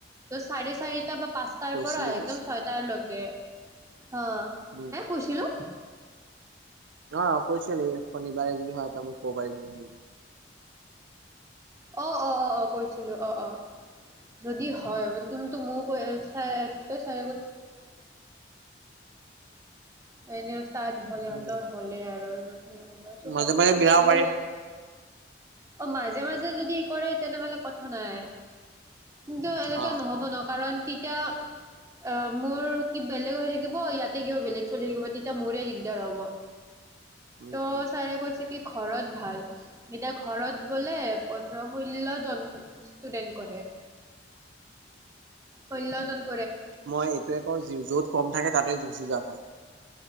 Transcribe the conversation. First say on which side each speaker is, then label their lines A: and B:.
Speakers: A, on the right (about 15°); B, on the right (about 75°).
A: চাৰে চাৰিটা পাঁচটাৰ
B: কৈছিলি
A: পৰা একদম
B: কৈছিলি
A: ছয়টালৈকে। অ,
B: উম
A: হে কৈছিলো!
B: অ কৈছিলি, শনিবাৰে যদি হয়তো মই কব পাৰিম নেকি।
A: অ অ অ অ কৈছিলো অ অ, যদি হয় বুলি কিন্তু মোৰ কৈ কি কয় চা তাত সিহঁতৰ
B: উম
A: হ'লে আৰু সেইবছোঁ <inaudible>
B: মাজে
A: হঠটো
B: মাজে মিলাব
A: হয়ো
B: পাৰিম
A: অ মাজে মাজে যদি কৰে তেনেহলে কথা নাই। কিন্তু এনেকে
B: অ
A: নহ'ব ন কাৰণ তেতিয়া, অ মোৰ কি বেলেগ হৈ থাকিব ইয়াতে কিবা বেলেগ চলি থাকিব তেতিয়া মোৰে দিগদাৰ হ'ব।
B: উম
A: ত
B: উম
A: চাৰে কৈচে কি ঘৰত ভাল, এতিয়া ঘৰত বোলে পোন্ধৰ ষোল্ল জন ষ্টুডেন্ট কৰে, ষোল্ল জন
B: মই এইটোৱে কওঁ য'ত কম থাকে তাতে গুচি যোৱা ভাল।